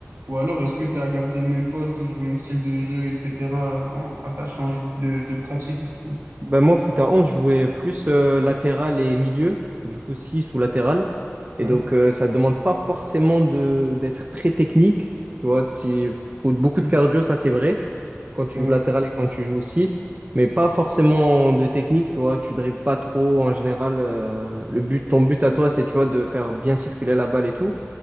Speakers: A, on the right (about 80°); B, on the right (about 35°).
A: Ou alors, est-ce que t'as gardé le même poste, toujours le même style de jeu, etc., quand, quand t'as changé de, de pratique, du coup?
B: Ben moi, foot à 11 je jouais plus euh, latéral et milieu, du coup 6 ou latéral. Et
A: Ouais.
B: donc, euh, ça demande pas forcément de d'être très technique. Tu vois, il faut beaucoup
A: Mm.
B: de cardio, ça c'est vrai, quand tu
A: Ouais,
B: joues latéral et quand tu joues 6 mais pas forcément de technique, tu vois, tu dribbles pas trop en général. euh, le but, ton but à toi, c'est, tu vois, de faire bien circuler la balle et tout.